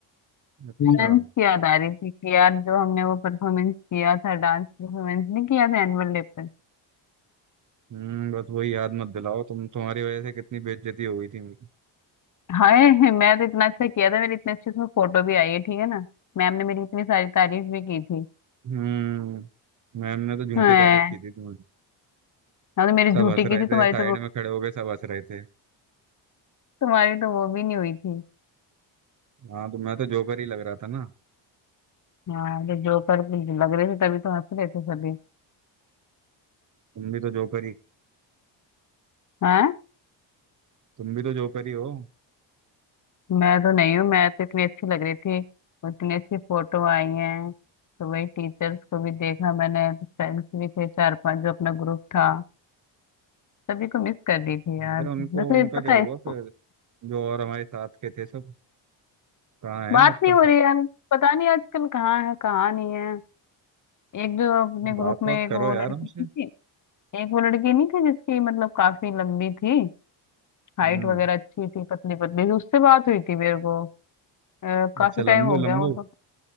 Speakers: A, on the right; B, on the left.
A: थी अच्छा
B: हम्म। डांस की याद आ रही थी कि यार जो हमने वो परफॉर्मेंस किया था डांस परफॉर्मेंस नहीं किया था एनुअल डे पर
A: हम्म बस वही याद मत दिलाओ तुम तुम्हारी वजह से कितनी बेइज्जती हो गई थी मेरी
B: हाय मैं तो इतना अच्छा किया था मेरी इतनी अच्छी उसमें फोटो भी आई है ठीक है ना मैम ने मेरी इतनी सारी तारीफ भी की थी
A: हम्म मैम ने तो झूठी
B: हैं
A: तारीफ की थी तुम्हारी
B: हाँ तो मेरी
A: सब
B: झूठी
A: हंस
B: की
A: रहे
B: थी तुम्हारी
A: थे साइड
B: तो वो
A: में खड़े हो गए सब हंस रहे थे
B: तुम्हारी तो वो भी नहीं हुई थी
A: हाँ तो मैं तो जोकर ही लग रहा था ना
B: हाँ तो जोकर लग रहे थे तभी तो हंस रहे थे सभी
A: तुम भी तो जोकर ही
B: हाँ
A: तुम भी तो जोकर ही हो
B: मैं तो नहीं हूँ मैं तो इतनी अच्छी लग रही थी और इतनी अच्छी फोटो आई है तो वही टीचर्स को भी देखा मैंने फ्रेंड्स भी थे चार पांच जो अपना ग्रुप था सभी को मिस कर रही थी यार
A: अरे उनको
B: वैसे
A: उनका
B: पता
A: क्या हुआ
B: है इसको
A: फिर जो और हमारे साथ के थे सब कहाँ
B: बात
A: हैं आजकल
B: नहीं हो
A: सब
B: रही यार पता नहीं आजकल कहाँ है कहाँ नहीं है एक जो अपने ग्रुप
A: बात
B: में
A: बात
B: एक
A: करो
B: वो
A: यार
B: लड़की
A: हमसे
B: नहीं थी एक वो लड़की नहीं थी जिसकी मतलब काफी लंबी थी हाइट
A: हम्म
B: वगैरह अच्छी थी पतली पतली थी उससे बात हुई थी मेरे को अ, काफी
A: अच्छा
B: टाइम
A: लंबू
B: हो
A: लंबू
B: गया वो तो